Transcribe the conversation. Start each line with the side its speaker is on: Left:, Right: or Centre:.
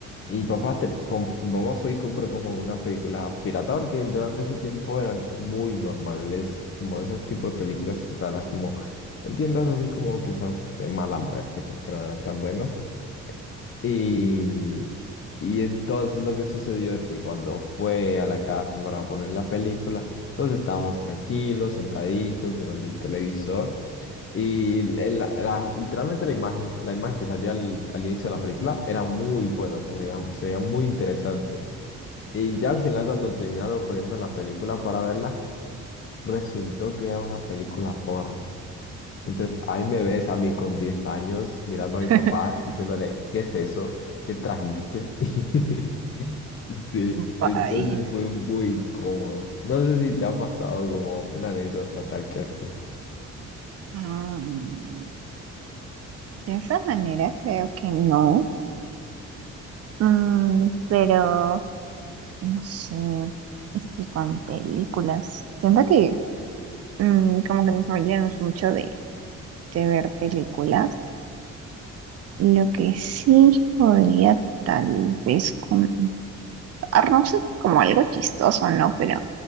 Left: y papá, te- com- mi papá fue y compró como una película pirata, porque durante ese tiempo eran muy normales, como esos tipos de películas raras, como en tiendas así como quizás de mala muerte, como que no eran tan buenas. Y, y entonces lo que sucedió es que cuando fue a la casa para poner la película, entonces estábamos tranquilos, sentaditos, mirando el televisor. Y el- la- la- literalmente la imagen, la imagen que salía al, al inicio de la película era muy buena, o sea, se veía, se veía muy interesante. Y ya al final, cuando terminaron poniendo la película para verla, resultó que era una película porno. Entonces ahí me ves a mí con 10 años mirando
Right: <laughs>
Left: a mi papá diciéndole, ¿qué es eso? ¿Qué trajiste? <laughs> Sí,
Right: Vaya.
Left: entonces fue muy incómodo. No sé si te ha pasado como una anécdota tal que así.
Right: Mm, de esa manera creo que no. Mm, pero no sé. Es que con películas. Siento que mm, como que mi familia no es mucho de, de ver películas. Lo que sí podría tal vez contar, no sé, como algo chistoso, ¿no? Pero,